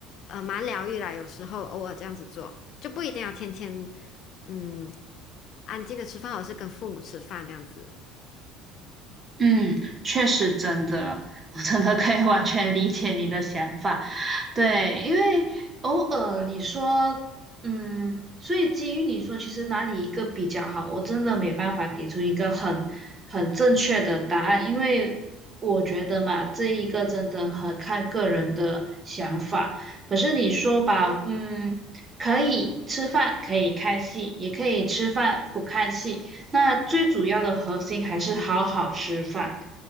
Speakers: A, on the left; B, on the right.
A: 呃蛮疗愈啦。有时候偶尔这样子做，就不一定要天天嗯安静的吃饭，而是跟父母吃饭这样子。
B: 嗯，确实真的，我真的可以完全理解你的想法。对，因为偶尔你说，嗯，所以基于你说，其实哪里一个比较好，我真的没办法给出一个很很正确的答案，因为我觉得嘛，这一个真的很看个人的想法。可是你说吧，嗯，可以吃饭，可以看戏，也可以吃饭不看戏，那最主要的核心还是好好吃饭。